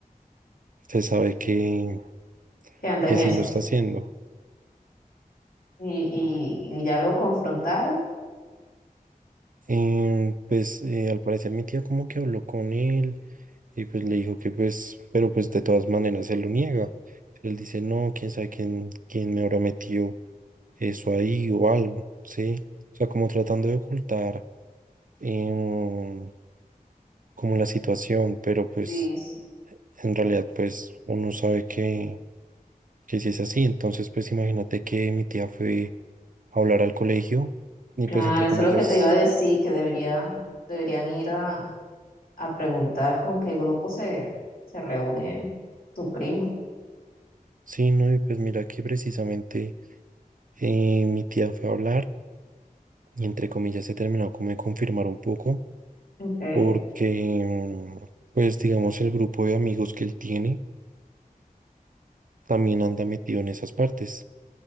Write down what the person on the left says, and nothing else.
Que anda
en
esos.
Y, y, y ya lo confrontaron.
Sí,
Claro,
eso es lo que te iba a decir, que debería, deberían ir a, a preguntar con qué grupo se, se reúne tu primo.
Okay.